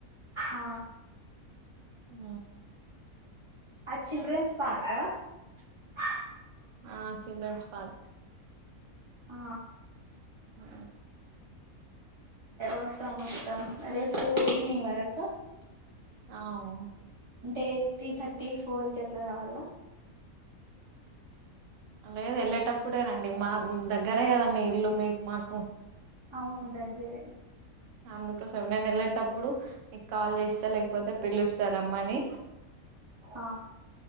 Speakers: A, on the right; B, on the right.
A: ఆ
B: ఊ
A: అది చిల్డ్రెన్స్ పార్క్ ఆ
B: ఆ చిల్డ్రన్స్ పార్క్
A: ఆ
B: ఊ
A: వస్తాం వస్తాం రేపు ఈవినింగ్ వరకు
B: అవు
A: ఏట్ త్రీ థర్టీ ఫోర్ కి అట్లా రావాలా
B: లేదు వెళ్ళేటప్పుడే రండి మా దగ్గరే కదా మీ ఇల్లు మీకు మాకు
A: అవునుదగ్గరే
B: అందుకు కోసమే నేన్ వెళ్ళేటప్పుడు నీకు కాల్ చేస్తా లేకపోతే పిలుస్తా రమ్మని
A: ఆ